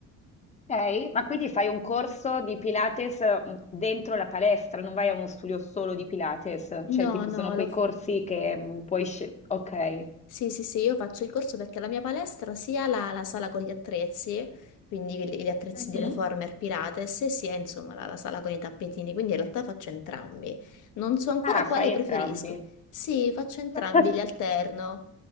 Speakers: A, on the left; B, on the left.
A: ok, ma quindi fai un corso di Pilates eh, m, dentro la palestra, non vai a uno studio solo di Pilates,
B: No,
A: cioè tipo
B: no,
A: sono quei
B: lo...
A: corsi che mm, puoi scegliere. Ok.
B: sì, sì, sì, io faccio il corso perché la mia palestra sia la, la sala con gli attrezzi, quindi gli gli attrezzi
A: Mhm.
B: di Reformer Pilates, e sia insomma la, la sala con i tappetini, quindi in realtà faccio entrambi. Non so ancora
A: Ah,
B: quale
A: fai
B: preferisco.
A: entrambi.
B: Sì, faccio entrambi,
A: <laughs>
B: li alterno.